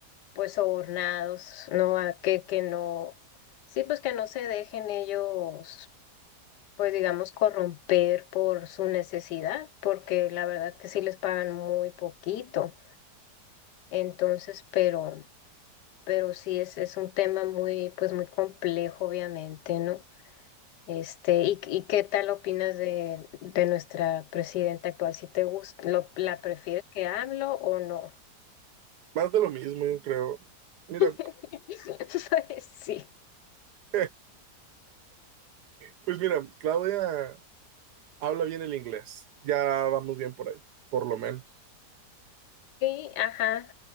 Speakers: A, on the left; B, on the right.
A: pues, sobornados, no, A- que, que no, sí, pues que no se dejen ellos, pues, digamos, corromper por su necesidad, porque la verdad que sí les pagan muy poquito. Entonces, pero, pero sí es, es un tema muy, pues, muy complejo, obviamente, ¿no? Este, ¿y, y qué tal opinas de, de nuestra presidenta actual? ¿Si te gusta, lo- la prefieres que AMLO o no?
B: Más de lo mismo, yo creo. Mira,
A: <laughs> Pues sí.
B: <laughs> pues mira, Claudia habla bien el inglés, ya vamos bien por ahí, por lo menos.
A: Sí, ajá.